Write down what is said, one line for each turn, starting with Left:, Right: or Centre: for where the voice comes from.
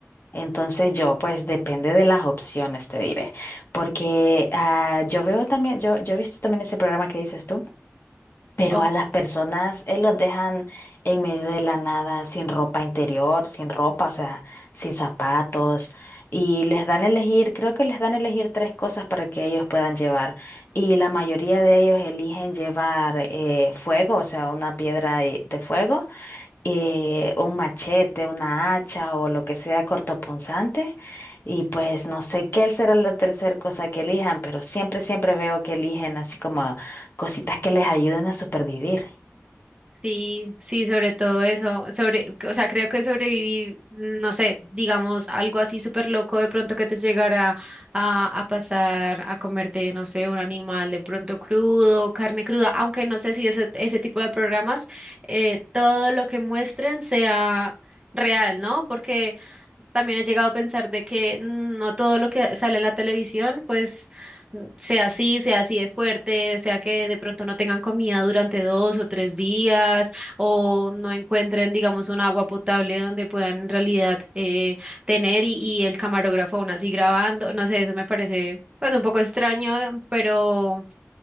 Left: Entonces yo, pues depende de las opciones, te diré. Porque ah, yo veo también, yo, yo he visto también ese programa que dices tú. Pero
Right: <laughs>
Left: a las personas, eh, los dejan en medio de la nada, sin ropa interior, sin ropa, o sea, sin zapatos. Y les dan a elegir, creo que les dan a elegir tres cosas para que ellos puedan llevar. Y la mayoría de ellos eligen llevar eh, fuego, o sea, una piedra y- de fuego eh, un machete, una hacha o lo que sea cortopunzante. Y pues no sé qué será la tercera cosa que elijan, pero siempre, siempre veo que eligen así como cositas que les ayuden a supervivir.
Right: Sí, sí, sobre todo eso, sobre, o sea, creo que sobrevivir, no sé, digamos, algo así súper loco de pronto que te llegara a, a pasar a comerte, no sé, un animal de pronto crudo, carne cruda, aunque no sé si ese, ese tipo de programas, eh, todo lo que muestren sea real, ¿no? Porque también he llegado a pensar de que mm, no todo lo que sale en la televisión, pues mm, sea así, sea así de fuerte, sea que de pronto no tengan comida durante dos o tres días, o no encuentren, digamos, un agua potable donde puedan en realidad eh, tener y, y el camarógrafo aún así grabando. No sé, eso me parece pues un poco extraño, pero,